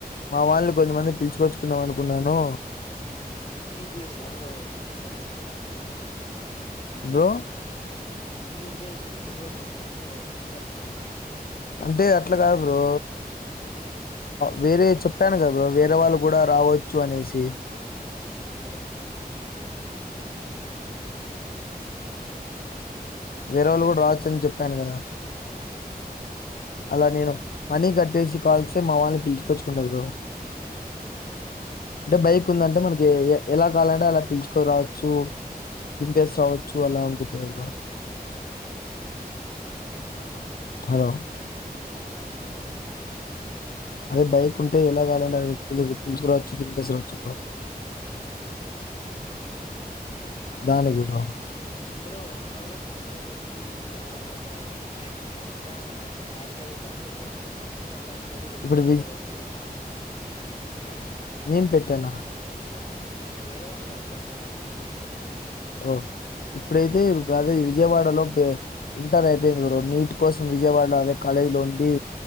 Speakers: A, on the left; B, on the left.
A: మా వాళ్ళను కొంతమంది పిల్చుకొచ్చుకుందాం అనుకున్నాను
B: T P S lover girls
A: bro
B: chief guest invite చేసినావ బ్రో గర్ల్స్ కి
A: అంటే అట్ల కాదు బ్రో
B: ఉమ్
A: వేరే చెప్పాను గా బ్రో వేరే వాళ్ళు గుడా రావచ్చు అనేసి
B: అవును బ్రో
A: వేరే వాళ్ళు కూడా రావచ్చు అని చెప్పాను గదా అలా నేను మనీ కట్టేసి కాల్స్తే మా వాళ్ళని పిలుచుకొచ్చుకుంటా బ్రో అంటే బైక్ ఉందంటే మనకి ఎలా కాలంటే అలా పిలుచుకురావచ్చు దింపేసి రావచ్చు అలా ఉండుద్ది కదా బ్రో హలో
B: ఆ సరే బ్రో
A: అదే బైక్ ఉంటే ఎలాగాలంటే అ పిలుచుకురావచ్చు దింపేసిరావచ్చు
B: ఉ
A: దానికి బ్రో
B: బ్రో కళంద్రలో నీనకి ఆ పాప అక్షయనే పాప ఏడ చదువు తంద బ్రో ఎప్పుడు మొన్న స్టోరి పెట్టింది
A: ఇప్పుడు
B: ఎవరో చూసిన అ
A: నేన్ పెట్టానా
B: వేరే వాళ్ళే బ్రో నువ్ కాదు
A: ఒ ఇప్పుడైతే అదే విజయవాడలో పె ఇంటర్ అయిపో యింది బ్రో నీట్ కోసం విజయవాడ అదే కాలేజీ లో ఉండి